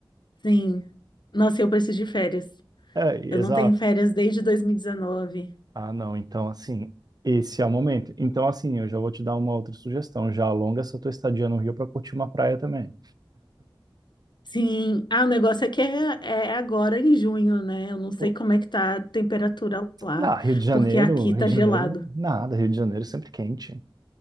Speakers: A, on the left; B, on the right.
A: Sim. Nossa, eu preciso de férias.
B: É,
A: Eu
B: exato.
A: não tenho férias desde 2019.
B: Ah, não. Então, assim, esse é o momento. Então, assim, eu já vou te dar uma outra sugestão. Já alonga essa tua estadia no Rio para curtir uma praia também.
A: Sim, ah, o negócio é que é, é agora em junho, né? Eu não sei
B: O-
A: como é que tá a temperatura lá,
B: Na Rio de Janeiro,
A: porque aqui
B: Rio
A: tá
B: de
A: gelado.
B: Janeiro, nada. Rio de Janeiro sempre quente.